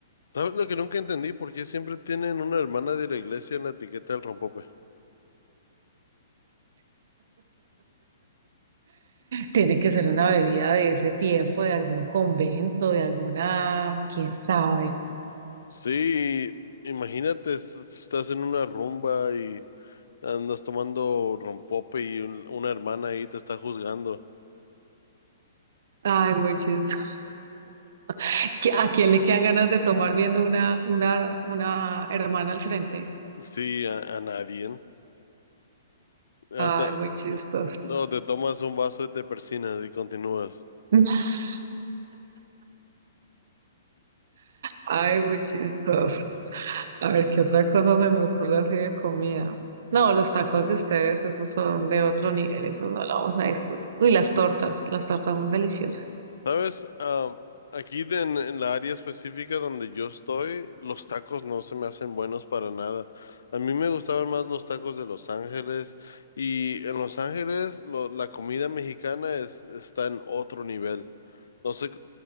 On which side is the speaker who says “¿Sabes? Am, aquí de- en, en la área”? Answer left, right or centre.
Left